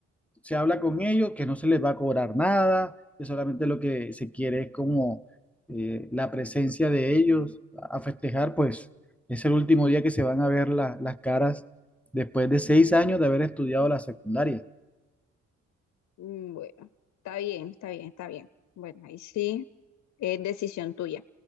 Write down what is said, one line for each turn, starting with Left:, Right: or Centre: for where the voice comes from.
Centre: se habla con ellos que no se les va a cobrar nada, que solamente lo que se quiere es como eh, la presencia de ellos a festejar, pues es el último día que se van a ver la- las caras después de seis años de haber estudiado la secundaria.
Left: Mm, Bueno, está bien, está bien, está bien. Bueno, ahí sí es decisión tuya.